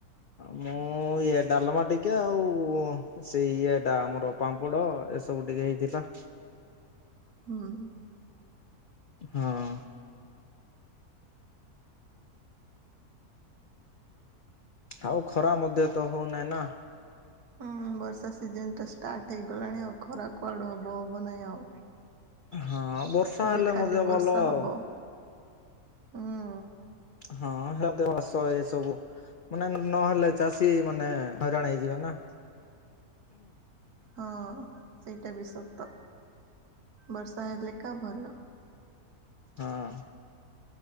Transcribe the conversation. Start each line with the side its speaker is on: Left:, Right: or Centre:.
Left: ମୁଁ ଇଏ ଡାଲମା ଟିକେ ଆଉ ସେଇ ଇଏଟା ଆମର ପାମ୍ପଡ଼ ଏସବୁ ଟିକେ ହେଇଥିଲା।
Right: ହୁଁ
Left: ହଁ। ଆଉ ଖରା ମଧ୍ୟ ତ ହଉନାହିଁ ନା।
Right: ହୁଁ ବର୍ଷା ସିଜନ ଟା ଷ୍ଟାର୍ଟ ହେଇଗଲାଣି ଆଉ ଖରା କୁଆଡୁ ହବ ହବ ନାହିଁ ଆଉ।
Left: ହଁ ବର୍ଷା
Right: ଏବେ
Left: ହେଲେ
Right: ଖାଲି
Left: ମଧ୍ୟ
Right: ବର୍ଷା
Left: ଭଲ ଆଉ।
Right: ହବ ହୁଁ
Left: ହଁ ସେରା ମାସ ଏ ସବୁ ମାନେ ନହେଲେ ଚାଷୀ ମାନେ ହଇରାଣ ହେଇଯିବ ନା
Right: ହଁ ସେଇଟା ବି ସତ ବର୍ଷା ହେଲେକା ଭଲ।
Left: ହଁ।